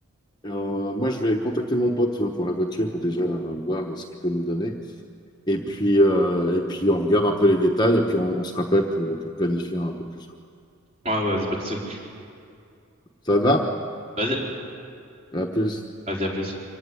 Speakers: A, on the left; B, on the right.
A: euh, moi, je vais contacter mon pote euh, pour la voiture pour déjà euh, voir ce qu'il peut nous donner. Et puis, euh, et puis, on regarde un peu les détails et puis on, on se rappelle pour, pour planifier un peu plus, quoi.
B: Ouais, vas-y, pas de soucis.
A: Ça va?
B: Vas-y,
A: À plus.
B: vas-y, à plus.